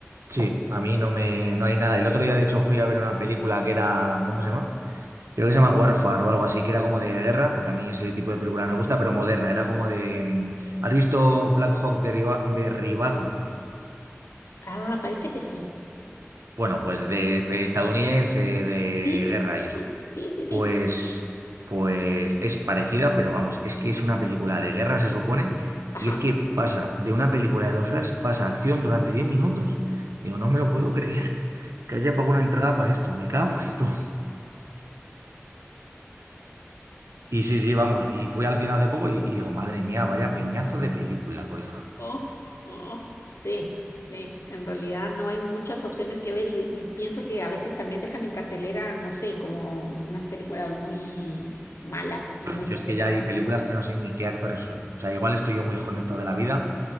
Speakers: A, on the right; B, on the left.
A: sí, a mí no me, no hay nada. El otro día, de hecho, fui a ver una película que era, ¿cómo se llama? Creo que se
B: Mm.
A: llama Warfare o algo así, que era como de guerra, porque a mí ese tipo de película me gusta, pero moderna. Era como de, mm, ¿has visto Black Hawk derriba- derribado?
B: Ah, parece que sí.
A: Bueno, pues de, de estadounidense, de
B: Sí, sí,
A: guerra
B: sí, sí,
A: y eso.
B: sí, sí, sí, sí.
A: Pues, pues es parecida, pero vamos, es que es una película de guerra, se supone,
B: Ajá.
A: y es que pasa de una película de dos horas, pasa a acción durante 10 minutos. Digo, no me lo puedo creer. que haya pagado una entrada para esto, me cago en todo. Y sí, sí, vamos, y fui al cine hace poco y, y digo, madre mía, vaya peñazo de película, colega.
B: Oh, oh, sí, sí. En realidad no hay muchas opciones que ver y, y pienso que a veces también dejan en cartelera, no sé, como unas películas muy malas y muy
A: Yo
B: tiempo.
A: es que ya hay películas que no sé ni qué actores son. O sea, igual estoy yo muy desconectado de la vida,